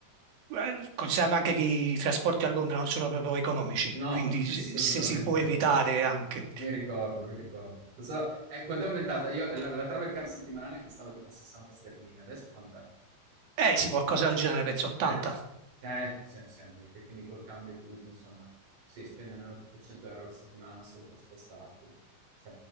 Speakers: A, on the right; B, on the right.
A: eh, considerando anche che i trasporti a Londra non sono proprio economici,
B: No,
A: quindi
B: <laughs> assolutamente
A: se se si può evitare
B: no.
A: anche.
B: Mi ricordo, mi ricordo. Lo so, eh, quanto è aumentata? Io, la, la travel card settimanale costava tipo 60 sterline, adesso quant'è?
A: Eh sì, qualcosa del genere, penso 80.
B: Eh, eh, sì, siamo lì, che quindi col cambio e tutto, insomma, sì, spendi almeno tipo 100 euro alla settimana solo per spostarti. Sì.